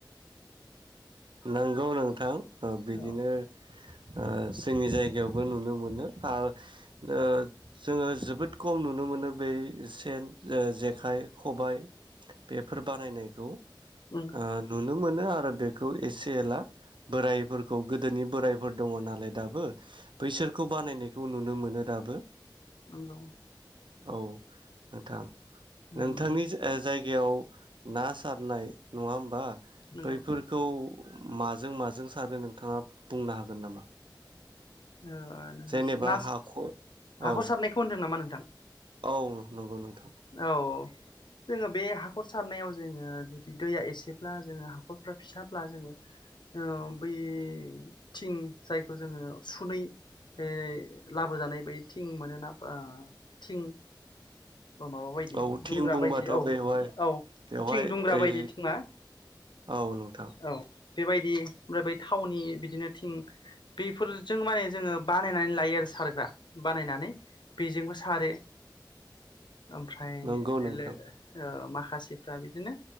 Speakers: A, on the right; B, on the left.
A: नोंगौ नोंथां। ओ बिदिनो
B: औ
A: ओ जोंनि जायगायावबो नुनो मोनो आरो ओ जोङो जोबोद खम नुनो मोनो बै सेन ओ जेखाइ खबाय बेफोर बानायनायखौ।
B: नंगौ
A: ओ नुन नो मोनो आरो बेखौ एसे एला बोरायफोरखौ गोदोनि बोरायफोर दङ नालाय दाबो बैसोरखौ बानायनायखौ नुनो मोनो दाबो।
B: नंगौ
A: औ नोंथां
B: उम
A: नोंथांनि जा ओ जाय गायाव ना सारनाय नङा होमबा?
B: नंगौ
A: बैफोरखौ माजों माजों सारो नोंथाङा बुंनो हागोन नामा?
B: ओ
A: जेनेबा
B: ना सा
A: हाखर
B: हाखर
A: औ
B: सारनायखौ होनदों नामा नों? थां।
A: औ नंगौ नोंथां।
B: औ जोङो बे हाखर सारनायाव जोङो जुदि दैया एसेब्ला जोङो हाखरफ्रा फिसाब्ला जोङो ओ बै थिं जायखौ जोङो सुनै ओ लाबोजानाय बै थिं मोनोना ओ थिं माबा बायदि
A: औ
B: दुंग्रा
A: थिं बुंबाथ'
B: बायदि औ
A: बेवहाय
B: औ
A: बेवहाय
B: थिं दुंग्रा
A: ओइ
B: बायदि थिङा
A: औ नोंथां।
B: औ बेबायदि ओमफ्राय बै थावनि बिदिनो थिं बेफोरजों माने जोङो बानायनानै लायो आरो सारग्रा बानायनानै बेजोंबो सारो। ओमफ्राय
A: नंगौ
B: ओ
A: नोंथां
B: लो ओ मा खासिफ्रा बिदिनो